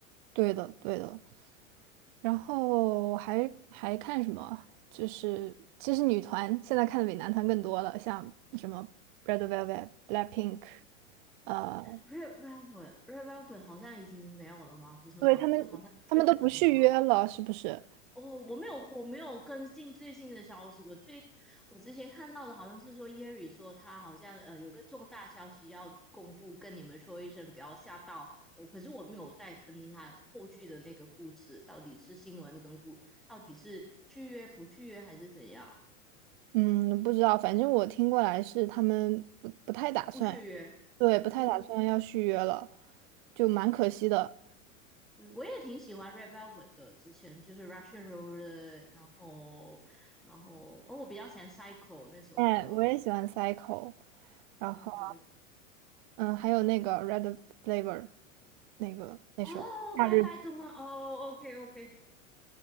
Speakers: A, on the right; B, in the centre.
A: 对的对的。然后还还看什么？就是其实女团现在看的比男团更多了，像什么 Red Velvet、Blackpink，呃，
B: Red Velvet，Red Velvet 好像已经没有了吗？不是吗？
A: 对他们他们都不续约了，
B: 就好像退团了吗？
A: 是不是？
B: 哦，我没有，我没有跟进最新的消息。我最我之前看到的好像是说 Yeri 说他好像呃有个重大消息要公布，跟你们说一声，不要吓到我。可是我没有再跟他后续的那个故事，到底是新闻跟故，到底是续约不续约还是怎样？
A: 嗯，不知道，反正我听过来是他们不不太打算，
B: 不续约。
A: 对，不太打算要续约了，
B: OK，
A: 就蛮可惜的。
B: 对，我也挺喜欢 Red Velvet 的，之前就是 Russian Roulette，然后，然后，哦，我比较喜欢 Psycho 那首歌。
A: 哎，我也喜欢 Cycle，然后
B: 对对对，
A: 嗯，还有那个 Red Flavor 那个那首《夏日》。
B: 哦，拜拜哥吗？哦，OK OK，